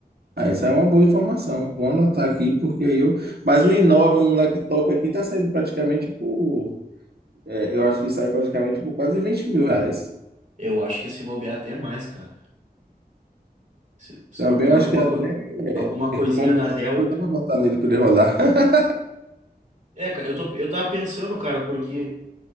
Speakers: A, on the right; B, on the right.
A: Ah, essa é uma boa informação. Vou anotar aqui, porque eu. Mas o i9, um laptop aqui, tá saindo praticamente por. é, eu acho que sai praticamente por quase 20 mil reais.
B: Eu acho que se bobear até mais, cara. Se, se
A: Também
B: for pegar
A: eu
B: alguma,
A: acho que até
B: coi- alguma coisinha
A: é, combustível
B: da Dell.
A: dá para botar nele para ele rodar. <laughs>
B: É, cara, eu tô, eu tava pensando, cara, porque